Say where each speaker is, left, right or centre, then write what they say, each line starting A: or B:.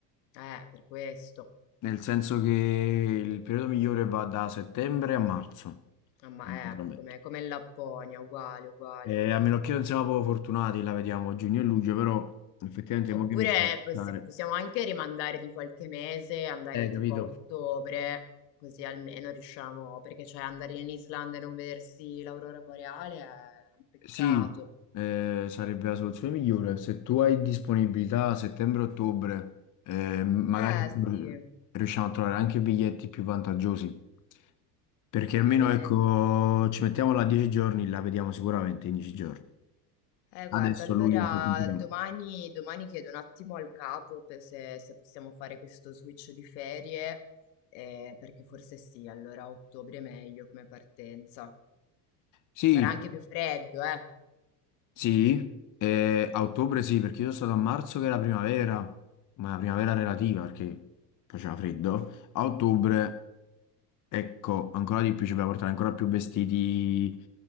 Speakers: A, on the left; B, on the left.
A: Eh, per questo.
B: nel senso che il periodo migliore va da settembre a marzo,
A: Ah, ma
B: veramente.
A: è come, come in Lapponia, uguale, uguale.
B: Eh, a meno che non siamo proprio fortunati, la vediamo a giugno e luglio, però effettivamente
A: Oppure
B: mo che mi ci devo
A: possi-
B: pensare.
A: possiamo anche rimandare di qualche mese, andare
B: Eh,
A: tipo
B: capito?
A: a ottobre, così almeno riusciamo, perché cioè andare in Islanda e non vedersi l'aurora boreale è un peccato.
B: Sì, eh, sarebbe la soluzione migliore. Se tu hai disponibilità a settembre-ottobre, eh, magari
A: Eh
B: mm,
A: sì,
B: riusciamo a trovare anche biglietti più vantaggiosi. Perché almeno
A: prendendo...
B: ecco, ci mettiamo là 10 giorni, la vediamo sicuramente in 10 giorni.
A: Eh guarda,
B: Adesso
A: allora
B: a luglio è un po' complicato.
A: domani, domani chiedo un attimo al capo per se, se possiamo fare questo switch di ferie, eh, perché forse sì, allora a ottobre è meglio come partenza.
B: Sì,
A: Farà anche più freddo, eh.
B: Sì, eh, a ottobre sì, perché io sono stato a marzo che era primavera, ma la primavera relativa perché faceva freddo. A ottobre, ecco, ancora di più ci dobbiamo portare ancora più vestiti